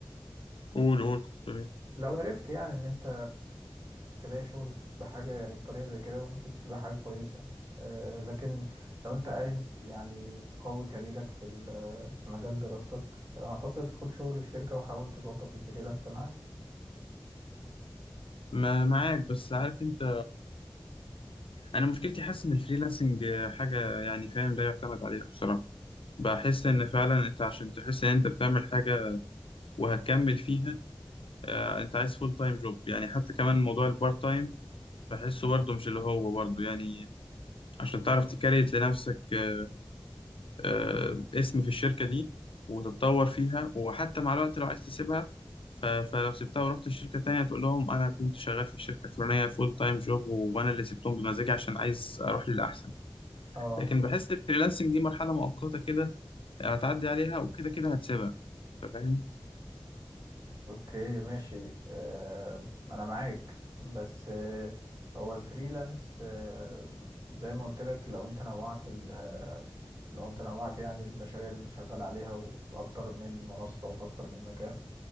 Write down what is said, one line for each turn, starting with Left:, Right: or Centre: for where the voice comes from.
Left: قول قول كنت بتقول ايه
Right: لو عرفت يعني إن أنت تلاقي شغل بحاجة يعني بطريقة زي كده ممكن تبقى حاجة كويسة آه، لكن لو أنت عايز يعني تقوي كاريرك في ال- في مجال دراستك أعتقد خد شغل الشركة وحاول تظبط الفريلانس معاه
Left: ما معاك بس عارف انت انا مشكلتي حاسس ان الفريلانسنج آه، حاجة يعني فاهم لا يعتمد عليها بصراحة بحس ان فعلا انت عشان تحس ان انت بتعمل حاجة وهتكمل فيها آه، انت عايز فول تايم جوب يعني حتى كمان موضوع البارت تايم بحسه برضه مش اللي هو برضه يعني عشان تعرف تكريت لنفسك آه، آه، اسم في الشركة دي وتتطور فيها وحتى مع الوقت لو عايز تسيبها ف- فلو سبتها ورحت الشركة تانية تقول لهم أنا كنت شغال في الشركة الفلانية فول تايم جوب وأنا اللي سبتهم بمزاجي عشان عايز أروح للأحسن
Right: اه
Left: لكن بحس الفريلانسنج دي مرحلة مؤقتة كده هتعدي عليها وكده كده هتسيبها أنت فاهم؟
Right: اوكي ماشي آه، انا معاك بس آه، هو الفريلانس آه، زي ما قلت لك لو انت نوعت ال- آه، لو انت نوعت يعني المشاريع اللي انت شغال عليها وفي اكتر من منصة وفي اكتر من مكان